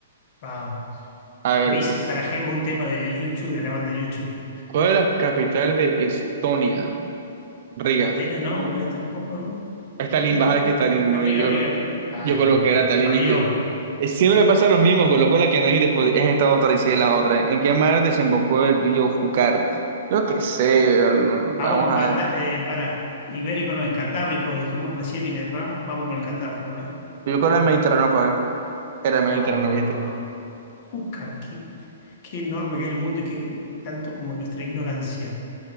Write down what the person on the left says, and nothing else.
Vamos.
Miss Sarajevo es un tema de YouTube, de la banda YouTube.
Atenas no, Bucarest tampoco. ¿no?
Tallinn,
Riga,
Riga,
Riga,
Riga.
Riga. Tallinn,
que
lo
parió.
Vamos
con
Canta,
eh, para. Ibérico no es Cantábrico, dijimos recién y le erramos. Vamos con el Cantábrico, a ver.
Ah,
Júcar, qué, qué enorme que es el mundo y qué tanto como nuestra ignorancia.